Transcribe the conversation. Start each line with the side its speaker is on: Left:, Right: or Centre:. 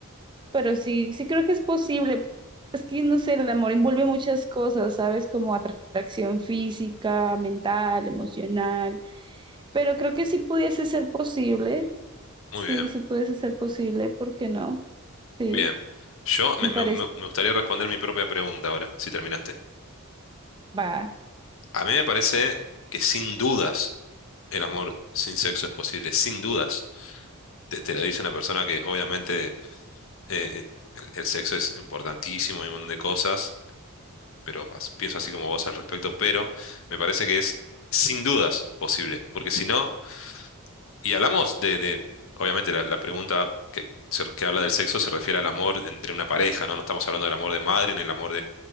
Right: pero sí, sí creo que es posible. Es que, no sé, el amor envuelve muchas cosas, ¿sabes? Como atracción física, mental, emocional. Pero creo que sí pudiese ser posible. Sí,
Left: Muy bien,
Right: sí pudiese ser posible, ¿por qué no? Sí,
Left: bien. Yo me,
Right: me
Left: me-
Right: parece.
Left: me- me gustaría responder mi propia pregunta ahora, si terminaste.
Right: Va.
Left: A mí me parece que sin dudas el amor sin sexo es posible, sin dudas. Te, te lo dice una persona que obviamente eh, el, el sexo es importantísimo y un montón de cosas, pero as- pienso así como vos al respecto, pero me parece que es sin dudas posible, porque si no, y hablamos de, de- obviamente la, la pregunta... que se- que habla del sexo se refiere al amor entre una pareja, ¿no? No estamos hablando del amor de madre ni el amor